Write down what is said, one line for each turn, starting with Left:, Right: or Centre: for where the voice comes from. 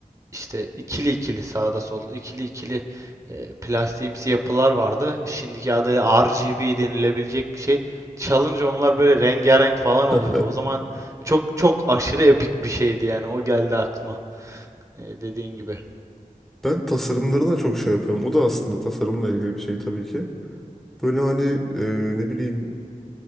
Right: işte ikili ikili sağda solda ikili ikili e, plastiğimsi yapılar vardı. Şimdiki adıyla RGB denilebilecek bir şey. Çalınca onlar böyle rengarenk falan oluyordu.
Centre: <laughs>
Right: O zaman çok çok aşırı epik bir şeydi yani. O geldi aklıma. E, dediğin gibi.
Centre: Ben tasarımlarına çok şey yapıyorum. O da aslında tasarımla ilgili bir şey tabii ki. Böyle hani e, ne bileyim